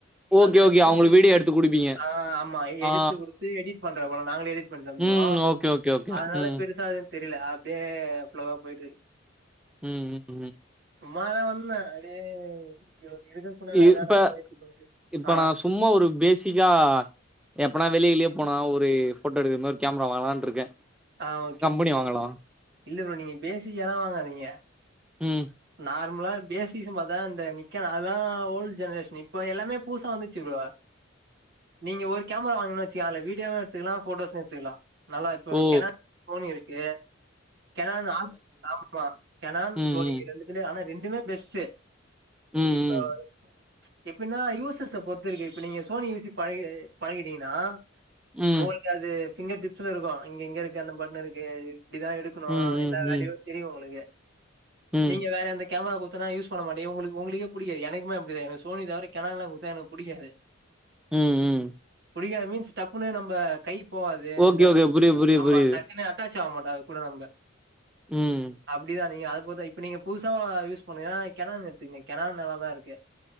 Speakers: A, in the centre; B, on the right.
A: ஓகே,
B: அதுல
A: ஓகே. அவங்களுக்கு
B: இந்து
A: வீடியோ எடுத்து குடுப்பீங்க.
B: ஆ ஆமா எடுத்து
A: ஆ.
B: குடுத்து எடிட் பண்ற போல நாங்களே எடிட் பண்ணி தந்ருவோ
A: ம். Okay, okay, okay.
B: அதனால
A: ம்.
B: பெருசா அது எனக்தெரில அப்டியே ஃபுல்லாவா போயிட்ருக்கு
A: ம் ம் ம்
B: சும்மாதா வந்த அடியே இங்க ஒன் இருக்குன் சொன்னாங்க
A: இப்ப
B: அதா <unintelligible>
A: இப்ப
B: ஆ
A: நா சும்மா ஒரு பேசிக்கா எப்பனா வெளியகிளிய போனா ஒரு போட்டோ எடுக்கற மார் கேம்ரா வாங்கலான்ருக்கே
B: ஆ ஓகே
A: <unintelligible> வாங்கலா
B: இல்ல ப்ரோ நீங்க பேசிக்காலா வாங்காதீங்க
A: ம்
B: நார்மலா பேசிசன் பாத்தா இந்த நிக்கலா அதல்லா ஓல்டு ஜெனரேஷன்னு இப் ப எல்லாமே பூசா வந்துச்சு ப்ரோ நீங்க ஒரு கேமரா வாங்கன வெச்சிய அதல வீடியோவு எத்துக்கலா போட்டோஸ்சு எத்துக்கலா நல்லா இப்போ
A: ஓ!
B: கேனா சோனி இருக்கு கெனான் ஆர்ஸ் ஆமா கெனான்
A: ம்,
B: சோனி
A: ம்.
B: இது ரெண்டுத்துலயூ அனா ரெண்டுமே பெஸ்ட்டு
A: ம், ம்.
B: இப்ப <inaudible> எப்பின்னா யூசஸ்ஸ பொறுத்து இருக்கு இப்ப நீங்க சோனி யு சி பழைய பழகீட்டீங்ன்னா
A: ம்.
B: ஒங்களுக்கு அது ஃபிங்கர் டிப்ஸ்ல இருக்கு இங்க இங்க இருக்க அந்த பட்டனருக்கு இது இப்டிதா எடுக் கனு
A: ம், ம்,
B: எல்லா
A: ம்.
B: வேலயு தெரியு உங்களுக்கு
A: ம்.
B: நீங்க வேற எந்த கேமரா குத்தன யூஸ் பண்ண மாட்டே இவுங்குளுக் ஒங்குளுக்கே புடிகாது எனகுமே அப்டிதா எனக்கு சோனி தவற கெனான்லா குத்தா எனகு புடிகாது
A: ம் ம்
B: புடிகாது மீன்ஸ் டப்புனு நம்ப கைப் போவாது
A: ஓகே,
B: இந்த
A: ஓகே. புரியுது, புரியுது,
B: அம்மா
A: புரியுது.
B: டக்குனு அந் ட்டாச் ஆவ்மாட்டு அது கூட நம்ப
A: ம்
B: அப்டிதா நீங்க அதப்போதா இப்ப நீங்க புதுசாவா யூஸ் பண்றீங்கா கெனான் எத்துங்க கெனான் நல்லாதாருக்கு